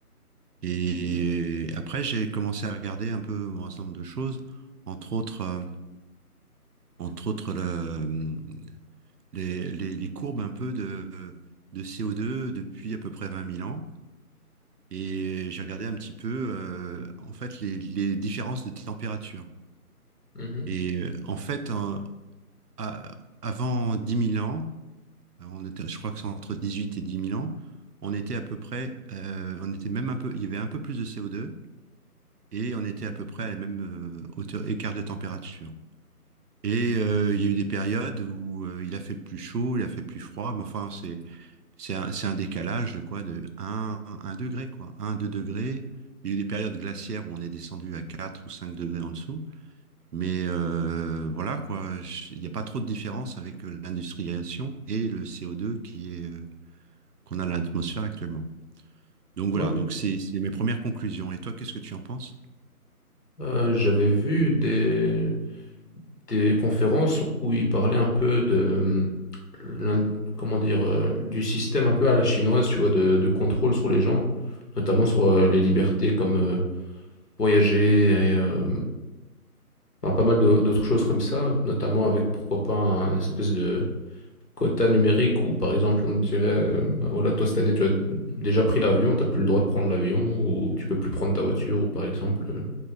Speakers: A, on the right; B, on the left.
A: Et après, j'ai commencé à regarder un peu un ensemble de choses, entre autres, euh, entre autres le- les, les- les courbes un peu de, de CO2 depuis à peu près 20 000 ans. Et j'ai regardé un petit peu, euh, en fait, les, les différences de température.
B: Mhm.
A: Et euh, en fait, en- à- avant dix mille ans, euh, on était, je crois que c'est entre 18 et dix mille ans, on était à peu près, euh, on était même un peu, il y avait un peu plus de CO2 et on était à peu près à la même euh, hauteur, écart de température. Et euh, il y a eu des périodes où euh, il a fait plus chaud, il a fait plus froid, mais enfin, c'est C'est un, c'est un décalage de quoi? De 1, un degré, quoi. un 2 degrés. Il y a eu des périodes glaciaires où on est descendu à 4 ou 5 degrés en dessous. Mais euh, voilà, quoi. Je- Il n'y a pas trop de différence avec euh, l'industrialisation et le CO2 qui est, euh, qu'on a dans l'atmosphère actuellement. Donc voilà,
B: Oui,
A: donc c'est c'est mes premières conclusions. Et toi, qu'est-ce que tu en penses?
B: Euh, j'avais vu des, des conférences où ils parlaient un peu de euh, l'in- comment dire euh, du système un peu à la chinoise, tu vois, de, de contrôle sur les gens, notamment sur euh, les libertés comme euh, voyager et euh, enfin, pas mal d'au- d'autres choses comme ça, notamment avec pourquoi pas un espèce de quota numérique où, par exemple, on te dirait, euh, bah voilà, toi, cette année, tu as d- déjà pris l'avion, tu n'as plus le droit de prendre l'avion, ou tu peux plus prendre ta voiture, ou par exemple, euh,